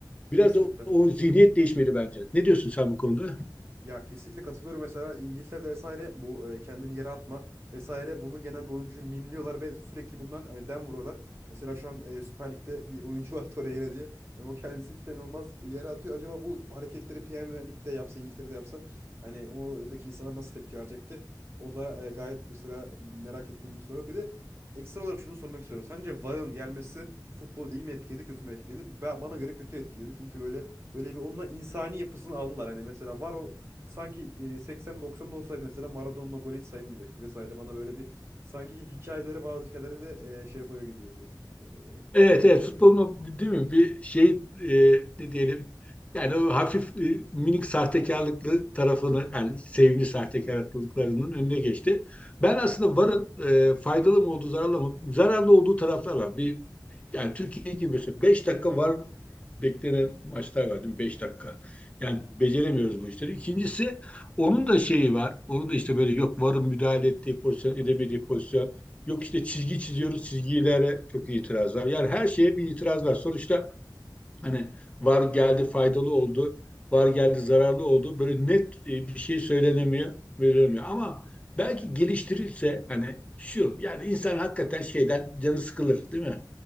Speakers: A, on the left; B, on the right.
A: Biraz
B: Kesinlikle.
A: da o zihniyet değişmeli bence. Ne diyorsun sen bu konuda?
B: Ya kesinlikle katılıyorum. Mesela İngiltere'de vesaire bu e, kendini yere atma vesaire bunun genelde oyuncuyu mimliyorlar ve sürekli bundan hani dem vuruyorlar. Mesela şu an e, Süper Lig'de bir oyuncu var <laughs> Torreira diye. Hani o kendisi cidden olmaz yere atıyor. Acaba bu hareketleri Premier Lig'de yapsa İngiltere'de yapsa hani oradaki insanlar nasıl tepki verecekti? O da e, gayet mesela merak ettiğim bir soru. Bir de ekstra olarak şunu sormak istiyorum. Sence VAR'ın gelmesi futbolu iyi mi etkiledi, kötü mü etkiledi? Ba- Bana göre kötü etkiledi. Çünkü böyle Böyle bir onunla insani yapısını aldılar. Hani mesela var o Sanki e, 80'de 90'da olsaydı mesela Maradona'la gol hiç sayılmayacaktı vesaire. Bana böyle bir sanki hikayeleri bazı hikayeleri de e, şey yapıyor gibi geliyor.
A: Evet
B: E, yarıda
A: evet
B: bırakıyor.
A: futbolun o, değil mi bir şey e, ne diyelim yani o hafif e, minik sahtekarlıklı tarafını yani sevimli sahtekarlıklarının önüne geçti. Ben aslında varın e, faydalı mı olduğu zararlı mı zararlı olduğu taraflar var. Bir yani Türkiye gibi mesela 5 dakika var beklenen maçlar var değil mi? 5 dakika. Yani beceremiyoruz bu işleri. İkincisi onun da şeyi var. Onun da işte böyle yok varın müdahale ettiği pozisyon, edemediği pozisyon. Yok işte çizgi çiziyoruz, çizgilere çok itiraz var. Yani her şeye bir itiraz var. Sonuçta hani var geldi faydalı oldu, var geldi zararlı oldu. Böyle net e, bir şey söylenemiyor, verilmiyor. Ama belki geliştirirse hani şu yani insan hakikaten şeyden canı sıkılır değil mi?